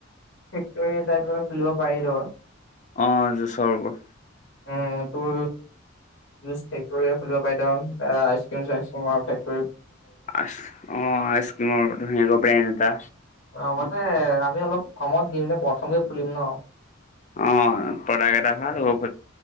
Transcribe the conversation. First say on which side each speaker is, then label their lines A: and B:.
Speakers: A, on the left; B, on the left.
A: এই তাই ধৰা ফুলিব পাৰি দ।
B: অ‍ঁ জুছৰ ব।
A: উম তোৰ জুছ ফেক্টৰীয়ে খুলিব পাৰি দ এ আইচক্ৰীম চাইচক্ৰীমৰ ফেক-
B: আহ অঁ আইচক্ৰীমৰ ধুনীয়াকৈ ব্ৰেন এটা।
A: অ মানে আমি অলপ কমত দিম যে প্ৰথমকে ফুলিম ন।
B: অঁ প্ৰডাক্ট এটা ভাল হ'ব।